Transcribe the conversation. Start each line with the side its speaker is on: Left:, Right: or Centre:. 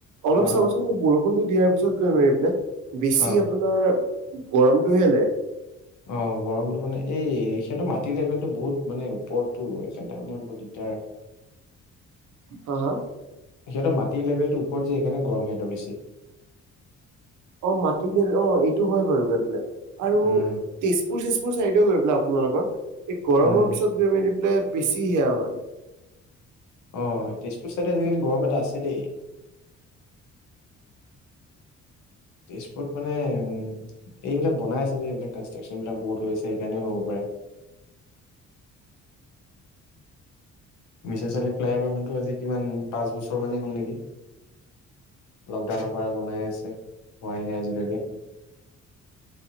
Right: অলপ
Left: অ
Right: চাবাচোন কিন্তু বৰষ- ষুণটো দিয়াৰ পিছত গৈ এইপিলে বেছি
Left: অ অ
Right: আপোনাৰ গৰমটোহে ওলাই।
Left: অঁ' গৰমটো মানে এই সিহঁতৰ মাটি লেভেলটো বহুত মানে ওপৰত টো সেইকাৰণে মানে বহুত দিগদাৰ।
Right: হাঁ' হাঁ'
Left: সিহঁতৰ মাটি লেভেলটো ওপৰত যে সেইকাৰণে গৰম সিহঁতৰ বেছি।
Right: অঁ মাটিলে অঁ এইটো হয় বাৰু গৈ পেলাই আৰু-
Left: উম
Right: তেজপুৰ চেজপুৰ চাইডেও গৈ পেলাই আপোনালোকৰ এই গৰমৰ
Left: উম,
Right: পিছত গৈ মেলি পেলাই বেছি সেয়া হয়।
Left: অঁ তেজপুৰ চাইডে আজিকালি গৰম এটা আছে দেই।
Right: <inaudible>
Left: তেজপুৰত মানে উম'- এইবিলাক বনাই আছে যে এইবিলাক কনষ্ট্ৰাকশ্যন বিলাক বহুত হৈ আছে সেইকাৰণে হ'ব পাৰে। মিছন চাৰিআলি ফ্লাইঅভাৰখনটো আজি কিমান পাঁচ বছৰ মানেই হ'ল নেকি? লকডাউনৰ পৰা বনাই আছে হোৱাই নাই আজিলৈকে।